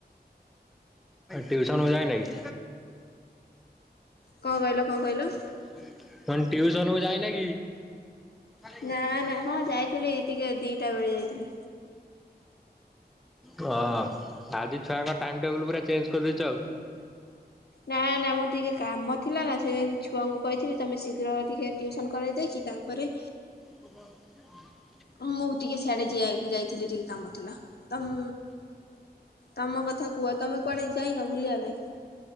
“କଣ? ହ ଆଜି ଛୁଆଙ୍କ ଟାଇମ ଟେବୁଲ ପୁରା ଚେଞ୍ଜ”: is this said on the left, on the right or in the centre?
Centre